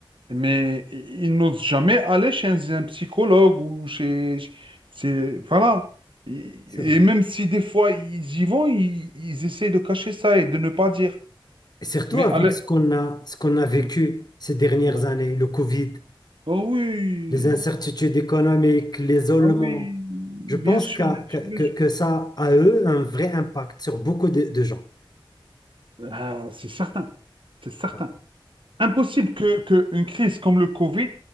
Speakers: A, on the right (about 70°); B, on the left (about 50°).
A: Mais ils n'osent jamais aller chez un un psychologue ou chez... C'est... Voilà. Et
B: C'est vrai.
A: et même si des fois ils y vont, ils, ils essaient de cacher ça et de ne pas dire.
B: Et surtout
A: Mais
B: avec
A: allez...
B: ce qu'on a, ce qu'on a vécu
A: Mm.
B: ces dernières
A: Ouais.
B: années, le Covid,
A: Oh oui,
B: les incertitudes économiques, l'isolement.
A: ah oui, bien
B: Je pense
A: sûr,
B: qu'a-
A: bien
B: que,
A: sûr,
B: que,
A: bien sûr.
B: que ça a, eux, un vrai impact sur beaucoup de, de gens.
A: Ah, c'est certain, c'est certain.
B: Ah,
A: Impossible que, que une crise comme le Covid